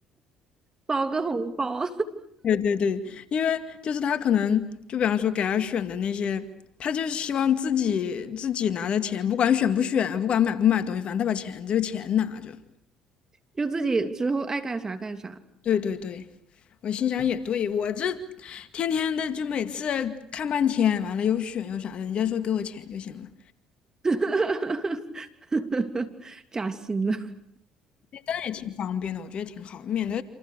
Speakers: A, on the right (about 25°); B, on the left (about 55°).
A: 包个红包，
B: <laughs> 对对对，因为就是他可能就比方说给他选的那些，他就是希望自己自己拿着钱，不管选不选，不管买不买东西，反正他把钱这个钱拿着。
A: <laughs> 就自己之后爱干啥干啥，
B: 对对对，我心想也对，我这天天的就每次看半天，完了又选又啥的，人家说给我钱就行了。
A: <laughs> 扎心了。
B: 但是也挺方便的，我觉得挺好，免得